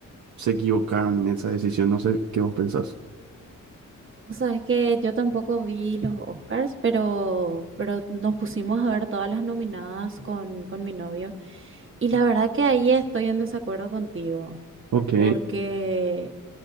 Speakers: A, on the right (about 60°); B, on the right (about 40°).
A: se equivocaron en esa decisión, no sé qué vos pensás.
B: sabes que yo tampoco vi los Oscars, pero, pero nos pusimos a ver todas las nominadas con, con mi novio. Y la verdad que ahí estoy en desacuerdo contigo,
A: Ok.
B: porque...